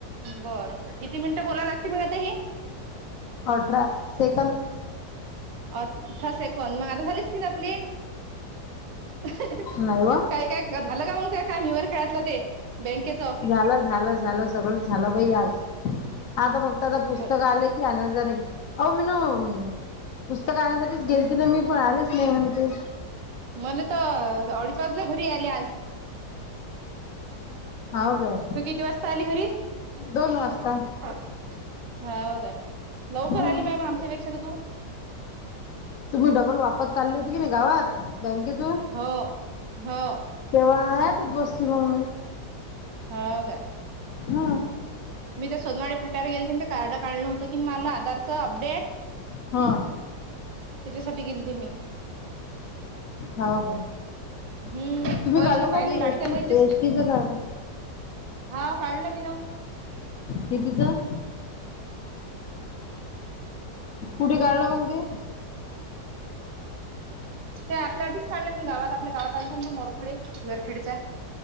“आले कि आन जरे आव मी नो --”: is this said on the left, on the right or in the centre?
Left